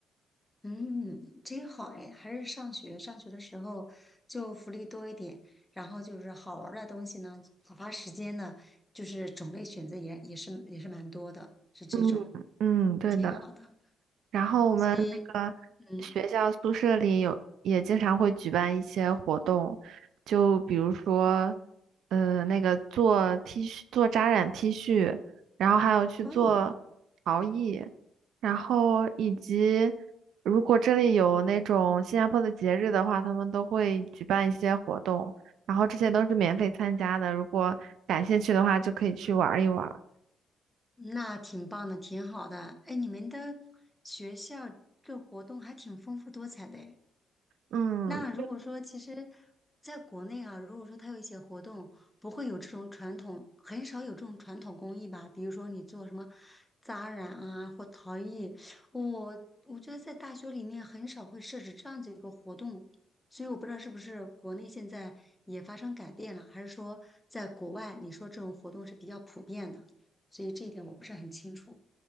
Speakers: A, in the centre; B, on the right (about 75°).
A: 嗯，真好哎，还是上学上学的时候就福利多一点，然后就是好玩儿的东西呢，打发时间呢，就是种类选择也也是也是蛮多的，是这种
B: 嗯嗯，对的。
A: 挺好的，
B: 然后我们那个学校宿舍里有也经常会举办一些活动，
A: 所以嗯。
B: 就比如说，呃，那个做 T 恤、做扎染 T 恤，然后还有去做陶艺，
A: 哦
B: 然后以及如果这里有那种新加坡的节日的话，他们都会举办一些活动，然后这些都是免费参加的。如果感兴趣的话，就可以去玩儿一玩儿。
A: 那挺棒的，挺好的。哎，你们的学校这活动还挺丰富多彩的。
B: 嗯。
A: 那如果说其实在国内啊，如果说它有一些活动，不会有这种传统，很少有这种传统工艺吧？比如说你做什么扎染啊或陶艺，我我觉得在大学里面很少会设置这样子一个活动，所以我不知道是不是国内现在也发生改变了，还是说在国外你说这种活动是比较普遍的，所以这一点我不是很清楚。